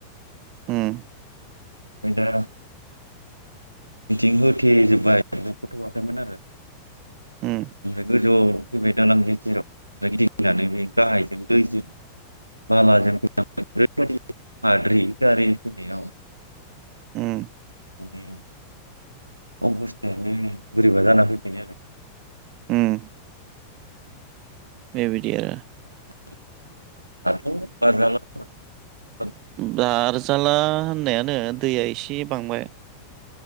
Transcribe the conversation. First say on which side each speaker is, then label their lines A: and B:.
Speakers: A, on the right; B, on the right.
A: <inaudible>
B: बेदा मिथिं होथेजोब्बाय बेखौथ'वाखैमोन आरो
A: उम
B: गोजौआव फैबाय दालां गैजेराव गिनानै बे गाहायजों दैजों बालाजों फ ओरैबायदि हाद्रि गारिजों फैनायाव
A: ओम
B: माने अबस्थायानो बोरैबा जाना फैखयो आरो
A: उम बेबायदि आरो
B: दाथ'- <unintelligible>
A: बारजाला होननायानो दैया एसे बांबाय